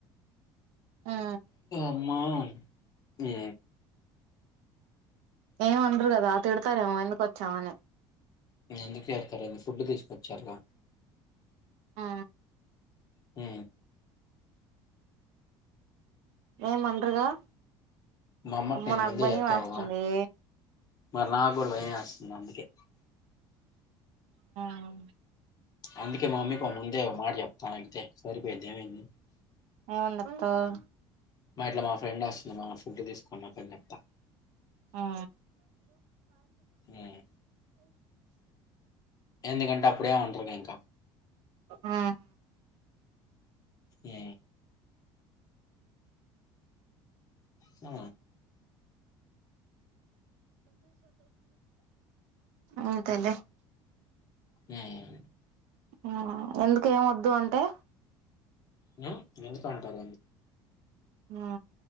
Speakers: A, on the right; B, on the left.
A: మ్మ్
B: అమా ఆ
A: ఏం ఉండరు కదా తిడతారేమో ఎందుకు వచ్చామని
B: ఎందుకు చేరుతారండి ఫుడ్ తీసుకొచ్చారుగా
A: ఆ
B: హ
A: మేమ అండరుగా
B: మా అమ్మకి
A: అమ్మ
B: నేను
A: నాకుబ్బాయి
B: ముందే చెప్తా
A: వస్తుంది
B: ఒక మాట మరి నాకు కూడా భయం వేస్తుంది అందుకే
A: అవు
B: అందుకే మామ్మీ ముందే ఒక మాట చెప్తాను అగితే సరిపోయిద్దేమంది
A: ఏమని జెప్తాతవ్
B: మా ఇట్లా మా ఫ్రెండ్ వస్తుంది మా ఫుడ్ తీసుకునికని చెప్తా
A: ఆ
B: ఉమ్ ఎందుకంటే అప్పుడేమానరు గా ఇంక
A: ఉమ్
B: ఉ ఆ
A: అంతేలే
B: ఉమ్
A: మ్మ్ ఎందుకు ఏమొద్దు అంటే
B: మ్ ఎందుకు అంటారు
A: ఆ